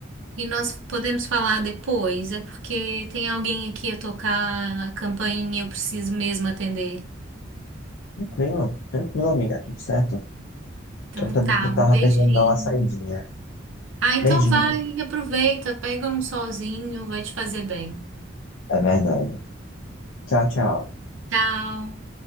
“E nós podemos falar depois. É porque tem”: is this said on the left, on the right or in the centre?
Right